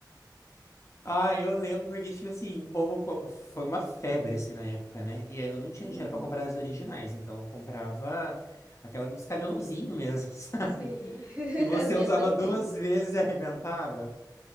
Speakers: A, on the left; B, on the right.
A: Ah, eu lembro porque, tipo assim, o povo co- foi uma febre, assim, na época, né? E aí eu não tinha
B: Uhum.
A: dinheiro pra comprar as originais, então eu comprava aquela dos camelozinhos mesmo, <laughs> sabe?
B: Sim, <laughs>
A: Que você
B: a minha
A: usava
B: também.
A: duas vezes e arrebentava.